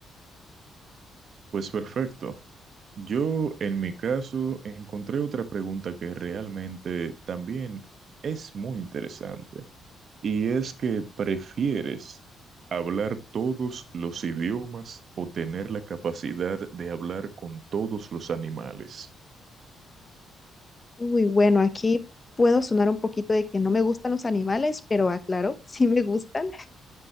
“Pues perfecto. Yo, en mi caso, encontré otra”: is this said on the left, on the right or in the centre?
Right